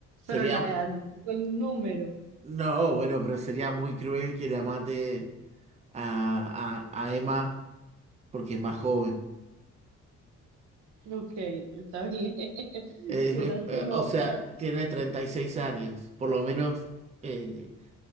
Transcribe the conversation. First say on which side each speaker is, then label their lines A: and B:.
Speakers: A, on the right; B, on the right.
A: pero
B: Sería,
A: la edad no es solo un número.
B: no, bueno, pero sería muy cruel que la mate a, a a Emma. porque es más joven.
A: Ok, está bien. <laughs>
B: Eh,
A: Si esa es
B: eh,
A: tu lógica.
B: o sea, tiene 36 años, por lo menos, eh,